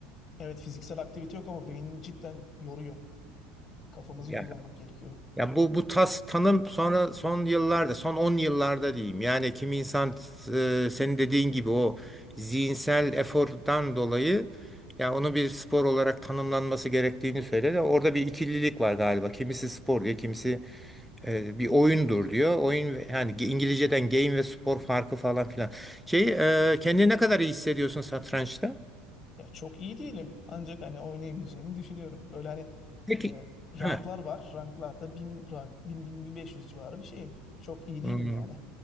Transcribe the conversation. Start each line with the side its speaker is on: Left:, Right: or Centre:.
Left: evet fiziksel aktivite yok ama beynini cidden yoruyor. Kafamızı
Centre: Yani
Left: kullanmak gerekiyor.
Centre: ya bu bu tas tanım sonra son yıllarda, son 10 yıllarda diyeyim. Yani kimi insan e, senin dediğin gibi o zihinsel efordan dolayı ya onu bir spor olarak tanımlanması gerektiğini söyledi. Orada bir ikililik var galiba. Kimisi spor diyor, kimisi E, bir oyundur diyor. Oyun ve- yani ge- İngilizceden game ve spor farkı falan filan. Şey e, kendini ne kadar iyi hissediyorsun satrançta?
Left: Ya çok iyi değilim. Ancak hani oynayabileceğimi düşünüyorum. Böyle hani
Centre: Peki.
Left: e, ranklar
Centre: Heh.
Left: var. Ranklarda bin rank, bin, bin, bin beş yüz civarı bir şeyim. Çok iyi
Centre: Hmm,
Left: değilim yani.